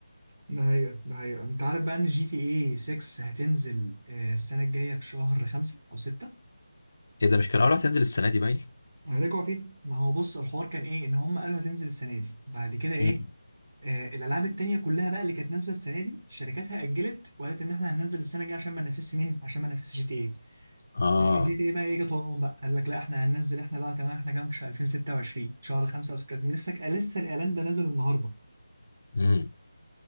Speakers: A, on the right; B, on the left.
A: ده حقيقة ده حقيقة انت عارف بقى ان جي تي اي 6 هتنزل آه، السنة الجاية في شهر خمسة او ستة
B: ايه ده مش كان اول واحد هينزل السنه دي باين
A: هيرجعوا فيه ما هو بص الحوار كان ايه ان هم قالوا هتنزل السنة دي بعد كده ايه
B: مم.
A: آه الالعاب التانية كلها بقى اللي كانت نازلة السنة دي شركاتها اجلت وقالت ان احنا هننزل السنة الجاية عشان ما ننافسش مين عشان ما ننافسش جي تي
B: اه
A: اي جي تي اي بقى ايه جت وراهم بقى قال لك لا احنا هننزل احنا بقى كمان احنا كمان في شهر 2026 شهر 5 او 6 لسه لسه الاعلان ده نازل النهارده
B: امم